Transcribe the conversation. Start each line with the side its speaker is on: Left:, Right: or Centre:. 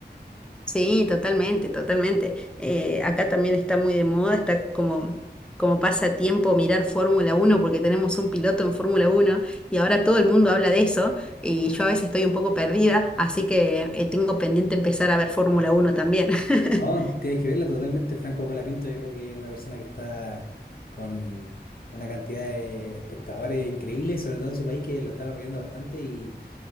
Centre: Sí, totalmente, totalmente. Eh, acá también está muy de moda, está como, como pasatiempo mirar Fórmula Uno porque tenemos un piloto en Fórmula Uno y ahora todo el mundo habla de eso y yo a veces estoy un poco perdida, así que eh, tengo pendiente empezar a ver Fórmula Uno también. <laughs>
Left: No, tienes que verla totalmente. Franco Colapinto, yo creo que es una persona que está con una cantidad de espectadores increíbles, sobre todo en su país, que lo están apoyando bastante. Y